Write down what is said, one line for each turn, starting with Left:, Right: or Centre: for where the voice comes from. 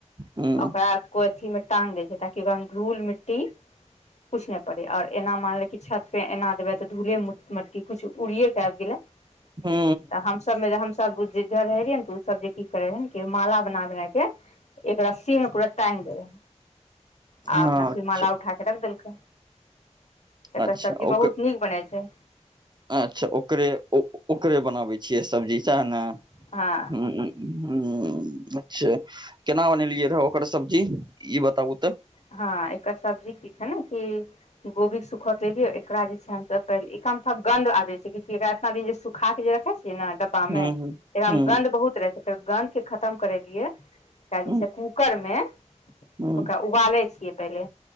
Right: हूँ
Left: ओकरा को अथी मे टंग दै छैय ताकि ओकरा धूल मिट्टी किछु नहि पड़ै और एना मानले कि छत पे एना देबै तऽ धूले मट्टी कुछु उड़िए क आबि गेलै।
Right: हू
Left: तऽ हमस मे हमस जिधर रह रयै ने तऽ ओ सब जे की करे है के माला बना बना के एक रस्सी मे पूरा टग दे हय। आ
Right: हँ
Left: अपना फीर
Right: अच्छा
Left: माला उठा क रख देलकै। एकर
Right: अच्छा
Left: सब्जी
Right: ओकर
Left: बहुत नीक बनै छैय।
Right: अच्छा ओकरे ओकरे बनाबै छियै सब्जी सैहे ने?
Left: हाँ
Right: हूं हूं अच्छा केना बनेलियै रहऽ ओकर सब्जी ई बताबू तऽ?
Left: हँ एकर सब्जी की छैय ने कि गोभी सुखत <unintelligible> एकरा जे छैय हम एक गंध आबै छैय <unintelligible> एकरा इतना दिन जे सुखाके जे रखे छैय डब्बामे
Right: हूँ
Left: एकरामे
Right: हूँ हूँ
Left: गन्ध बहुत रहै छैय फेर गन्धके खतम करै लियै <unintelligible>
Right: हूँ
Left: छैय कूकर मे
Right: हूँ
Left: ओकरा उबालै छियै पहिले